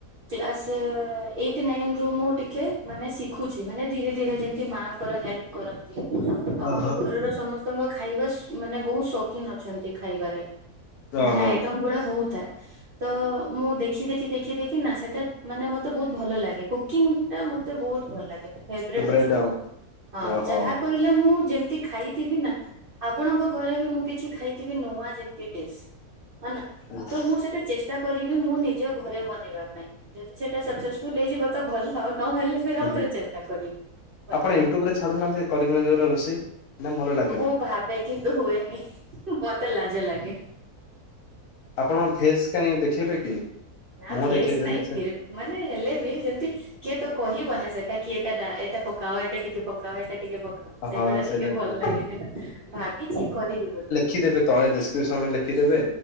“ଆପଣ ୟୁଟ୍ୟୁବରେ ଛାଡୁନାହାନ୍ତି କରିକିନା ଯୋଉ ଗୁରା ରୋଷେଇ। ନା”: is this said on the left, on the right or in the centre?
Left